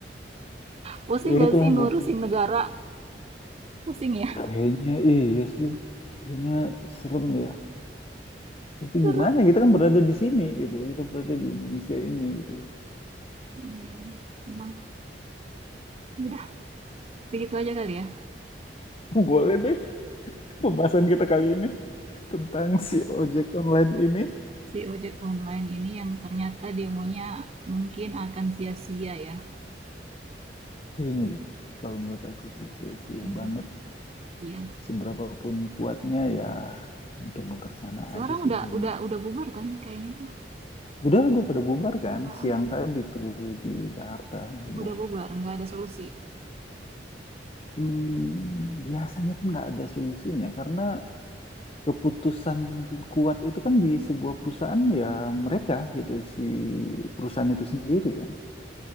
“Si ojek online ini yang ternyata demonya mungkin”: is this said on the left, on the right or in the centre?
Right